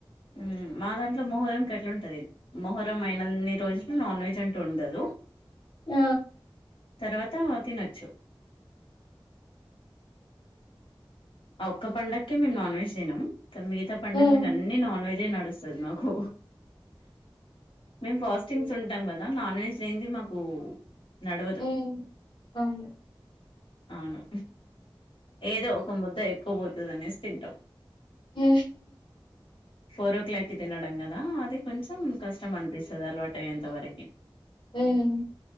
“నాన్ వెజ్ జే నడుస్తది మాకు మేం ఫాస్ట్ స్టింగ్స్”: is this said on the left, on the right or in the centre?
Left